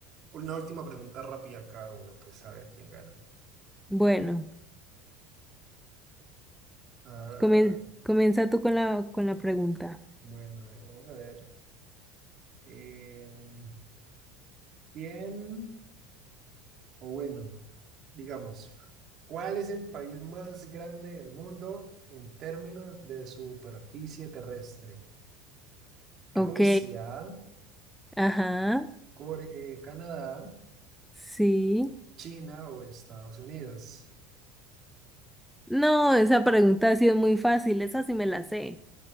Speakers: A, on the right; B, in the centre.
A: una última pregunta rápida a cada uno, pues a ver quién gana.
B: Bueno.
A: Ah,
B: Comen- comienza tú con la, con la pregunta.
A: bueno, a ver, vamos a ver. Em, Bien, o bueno, digamos, ¿cuál es el país más grande del mundo en términos de superficie terrestre? ¿Rusia,
B: Ok, ajá,
A: Core- eh, Canadá,
B: sí.
A: China o Estados Unidos?
B: No, esa pregunta ha sido muy fácil, esa sí me la sé.